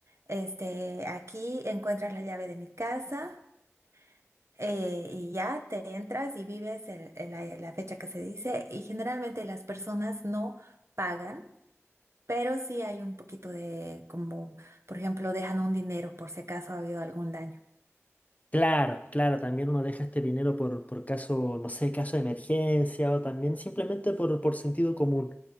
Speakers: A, on the right; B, on the left.
A: Este, aquí encuentras la llave de mi casa eh, y ya te entras y vives el- el- la, la fecha que se dice. Y generalmente las personas no pagan, pero sí hay un poquito de, como, por ejemplo, dejan un dinero por si acaso ha habido algún daño.
B: Claro, claro, también uno deja este dinero por, por caso, no sé, caso de emergencia o también simplemente por, por sentido común.